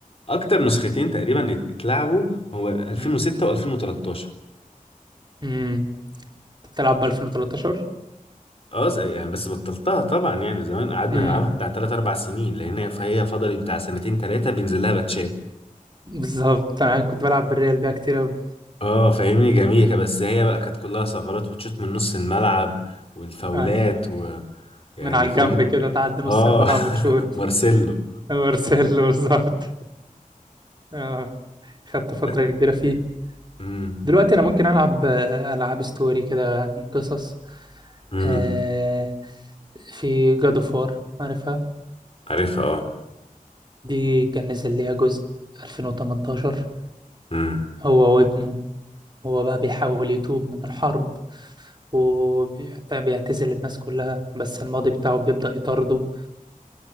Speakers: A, on the left; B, on the right.
A: أكتر نسختين تقريبا ات- اتلعبوا هو 2006
B: امم
A: و2013
B: امم انت بتلعب ب 2013
A: اه زي- يعني بس بطلتها طبعا يعني زمان قعدنا
B: امم
A: نلعبها بتاع 3 4 سنين لأن هي- فهي فضلت بتاع سنتين ثلاثة بينزل لها باتشات
B: بالظبط انا كنت بلعب بالريال بيها كتير قوي
A: اه فاهمني جميلة بس هي بقى كانت كلها ثغرات وتشوت من نص الملعب والفاولات
B: آه.
A: و يعني
B: من على
A: فاهم
B: الجنب كده تعدي نص
A: اه
B: الملعب وتشوت
A: <laughs> مارسيلو
B: وارسل بالظبط اه خدت فتره
A: ب...
B: كبيره فيه
A: امم
B: دلوقتي انا ممكن العب آه، العاب ستوري كده يعني قصص
A: امم
B: آه، في جاد اوف وار عارفها
A: عارفها
B: دي كان نزل ليها جزء 2018
A: اه
B: هو وابنه هو بقى بيحاول يتوب من الحرب وبيعتزل الناس كلها بس الماضي بتاعه بيبدأ يطارده